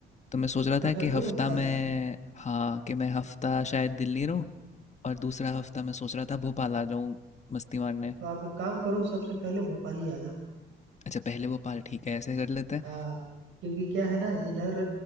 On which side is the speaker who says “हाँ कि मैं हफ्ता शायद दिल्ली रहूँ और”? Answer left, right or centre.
Left